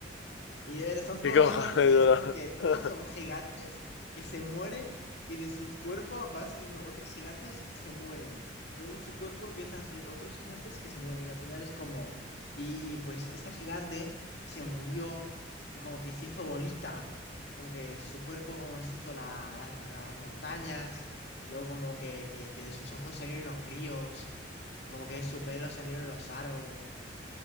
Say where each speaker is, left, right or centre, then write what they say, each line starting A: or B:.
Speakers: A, on the left; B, on the left.
A: Y eh, son
B: ¿Qué
A: todo
B: cojones,
A: mierdas así,
B: bro?
A: es como que
B: <laughs>
A: todos son gigantes que se mueren y de sus cuerpos van saliendo otros gigantes que se mueren. Luego de su cuerpo empiezan a salir otros gigantes que se mueren y al final es como, y, y pues esta gigante se murió y como que se hizo bolita, como que su cuerpo como se hizo la- las, las montañas, luego como que, que, que de sus ojos salieron los ríos, como que de su pelo salieron los árboles